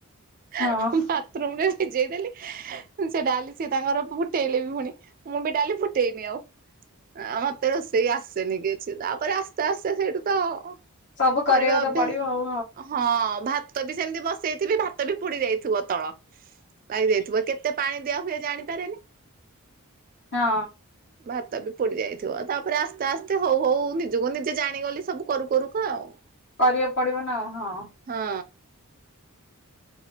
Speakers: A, on the right; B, on the left.
A: <unintelligible>
B: ହଁ
A: ବାଥରୁମରେ। ଭିଜେଇ ଦେଲି। ସେ ଡାଲି ସି ତାଙ୍କର ଫୁଟେଇଲେ ବି ଫୁଣି ମୁଁ ବି ଡାଲି ଫୁଟେଇନି ଆଉ। ମତେ ରୋଷେଇ ଆସେନି କିଛି ତାପରେ ଆସ୍ତେ ଆସ୍ତେ ସେଇଠୁ ତ <inaudible>
B: ସବୁ କରିବାକୁ
A: କରିବା ଅଭ୍ୟାସ
B: ତ ପଡିବ ଆଉ
A: ହଁ ଭାତ୍ ଭାତ ବି ସେମିତି ବସେଇଥିବି ଭାତ ବି ପୋଡି ଯାଇଥିବ। ତଳ ଲାଗିଯାଇଥିବ କେତେ ପାଣି ଦିଆ ହୁଏ ଜାଣିପାରେନି।
B: ହଁ।
A: ଭାତ ବି ପୋଡି ଯାଇଥିବ ତାପରେ ଆସ୍ତେ ଆସ୍ତେ ହଉ ହଉ ନିଜକୁ ନିଜେ ଜାଣିଗଲି ସବୁ କରୁ କରୁ କା ଆଉ,
B: କରିବାକୁ ପଡିବ ନା ଆଉ ହଁ।
A: ହଁ